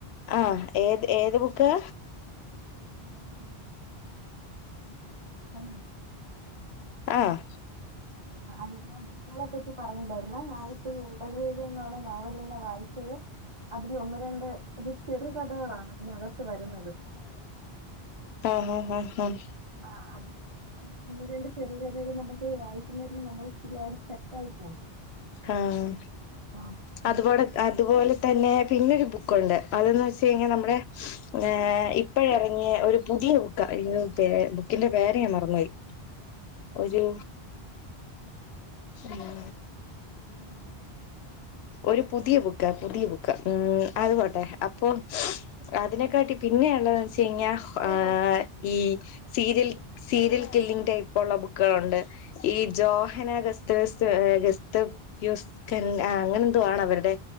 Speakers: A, on the left; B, on the right.
A: ആഹ് ഏത് ഏത്
B: ആഹ്
A: ബുക്കാ
B: അല്ല ഞാൻ ഉം ഹലോ.
A: ആഹ്
B: ആഹ് അലീനബു ക് കാളെ പറ്റി പറഞ്ഞിട്ടണ്ടായിരുന്ന ഞാനിപ്പ ഈ ഉടൽ വേഗം എന്നൊള്ള നോവലന്നെ വായിച്ചത് അതിൽ ഒന്ന് രണ്ട് അത് ചെറുകഥകളാണ് അതിനകത്ത് വരുന്നത്.
A: ആഹ് ആഹ് ആഹ് ആഹ്.
B: ആഹ് അത്. ഒന്ന് രണ്ട് ചെറ്കഥേക് നമുക്ക് വായിക്കുന്നതിന് നമ്മൾപിന്നവിടെ സ്റ്റെക്കായി പോവും.
A: ആഹ്
B: ആഹ്
A: അതുപോടെ അത് അതുപോലെ തന്നെ പിന്നൊരു ബുക്കുണ്ട് അതന്ന് വെച്ച കഴിഞ്ഞാ നമ്മടെ ഏഹ് ഇപ്പോ ഇറങ്ങിയ ഒരു പുതിയ ബുക്ക അയിന് പെ ബുക്കിന്റെ പേര് ഞാൻ മറന്ന്പോയി. ഒരു ഉം
B: ഏതാണ്
A: ഒരു പുതിയ ബുക്ക പുതിയ ബുക്ക ഉം അതുപോട്ടെ അപ്പൊ. അതിനെക്കാട്ടി പിന്നെള്ളത് വെച്ച് കഴിഞ്ഞാ ആഹ് ഈ സീരിൽ. സീരിയൽ കില്ലിംഗങ് ടൈപ് ഉള്ള ബുക്കുകളുണ്ട്. ഈ ജോഹന ഗസ്തസ് ഗസ്ത് യുസ്കൻ ആഹ് അങ്ങനെ എന്തോ ആണ് അവരുടെ